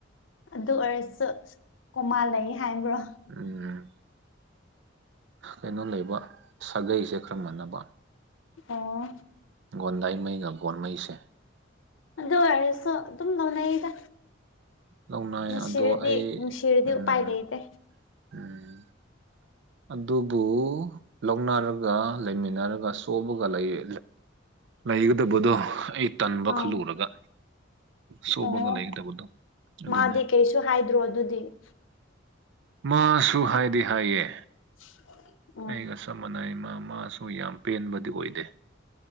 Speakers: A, on the left; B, on the right.
A: ꯑꯗꯨ ꯑꯣꯏꯔꯁꯨ ꯀꯣꯃꯥ ꯂꯩ ꯍꯥꯏꯕ꯭ꯔꯣ
B: ꯎꯝ ꯍ ꯀꯩꯅꯣ ꯂꯩꯕ ꯁꯥꯒꯩꯁꯦ ꯈꯔ ꯃꯥꯟꯅꯕ
A: ꯑꯣ
B: ꯒꯣꯟꯗꯥꯏꯃꯩꯒ ꯒꯣꯟꯃꯩꯁꯦ
A: ꯑꯗꯨ ꯑꯣꯏꯔꯁꯨ ꯑꯗꯨꯝ ꯂꯧꯅꯩꯌꯦꯗ
B: ꯂꯧꯅꯩ
A: ꯅꯨꯡꯁꯤꯔꯗꯤ
B: ꯑꯗꯣ ꯑꯩ
A: ꯅꯨꯡꯁꯤꯔꯗꯤ
B: ꯎꯝ
A: ꯎꯄꯥꯏ ꯂꯩꯇꯦ
B: ꯎꯝ ꯑꯗꯨꯕꯨ ꯂꯧꯅꯔꯒ ꯂꯩꯃꯤꯟꯅꯔꯒ ꯁꯣꯕꯒ ꯂꯩꯌꯦ ꯂꯩ__ ꯂꯩꯒꯗꯕꯗꯣ ꯑꯩ ꯇꯟꯕ
A: ꯑꯥ
B: ꯈꯜꯂꯨꯔꯒ ꯁꯣꯕꯒ
A: ꯑꯣ
B: ꯂꯩꯒꯗꯕꯗꯣ ꯑꯗꯨꯅꯦ
A: ꯃꯥꯗꯤ ꯀꯩꯁꯨ ꯍꯥꯏꯗ꯭ꯔꯣ ꯑꯗꯨꯗꯤ
B: ꯃꯥꯁꯨ ꯍꯥꯏꯗꯤ ꯍꯥꯏꯌꯦ
A: <unintelligible>
B: ꯑꯩꯒ ꯆꯞ ꯃꯥꯟꯅꯩꯌꯦ ꯃꯥ ꯃꯥꯁꯨ ꯌꯥꯝ ꯄꯦꯟꯕꯗꯤ ꯑꯣꯏꯗꯦ